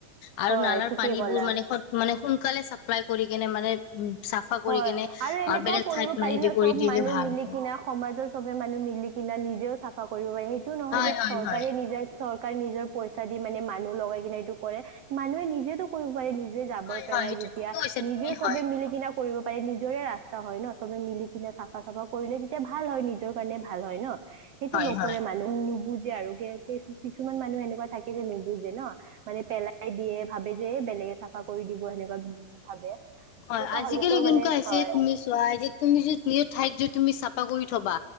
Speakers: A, on the left; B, on the right.
A: আৰু
B: হয়
A: নালাৰ
B: ঠিকেই
A: পানীবোৰ
B: ক'লা
A: মানে সোন কালে মানে চাপ্লাই কৰি কিনে মানে উ চাফা কৰি
B: হয়
A: কেনে
B: আৰু এনেকুৱাও
A: বেলেগ
B: কৰিব
A: ঠাইত
B: পাৰি
A: মানে হেৰি
B: ন
A: কৰি
B: চব
A: দিলে
B: মানুহ
A: ভাল
B: মিলি
A: হ'ব
B: কিনা সমাজৰ চবে মানুহ মিলি কিনা নিজেও চাফা। কৰিব পাৰি। সেইটো নহয়
A: হয়
B: যে
A: হয়
B: চৰকাৰে
A: হয়
B: নিজৰ নিজৰ পইচা দি মানে মানুহ লগাই কিনে এইটো কৰে। মানুহে নিজেতো কৰিব পাৰে নিজে। জাবৰ
A: হয়
B: পেলাই
A: হয় এইটো
B: যেতিয়া
A: ঠিকে কৈছা
B: নিজেও
A: তুমি
B: চবে
A: হয়
B: মিলি কিনে কৰিব পাৰে, নিজৰে ৰাস্তা হয় ন' চবে মিলি কিনে চাফা চাফা কৰিলে তেতিয়া ভাল হয়, নিজৰ কাৰণে ভাল হয় ন'। সেইটো
A: হয়
B: নকৰে
A: হয়
B: মানুহে নুবুজ আৰু কিছুমান মানুহ এনেকুৱা থাকে যে নুবুজে ন? মানে পেলাই দিয়ে, ভাবে যে এ বেলেগে চাফা কৰি দিব সেনেকে ভাবে।
A: হয়,
B: এনেকুৱা
A: আজিকি
B: হ'লেতো
A: এনেকুৱা
B: মানে
A: হৈছে
B: হয়
A: তুমি চোৱা, এতিয়া তুমি নিজৰ ঠাইত যদি তুমি চাফা কৰি থবা